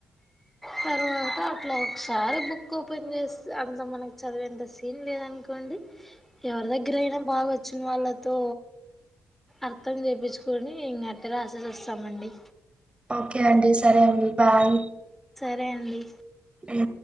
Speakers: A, in the centre; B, on the right (about 20°).
A: తర్వాత అట్లా ఒకసారి బుక్ ఓపెన్ చేస్త అంత మనకి చదివేంత సీన్ లేదనుకో అండి ఎవరి దగ్గరీ అయినా బాగా వచ్చిన వాళ్ళతో అర్థం చేపించుకొని ఇంగ రాసెసి వస్తామండి.
B: ఓకే అండి సరే అండి బాయ్
A: రండి
B: హ్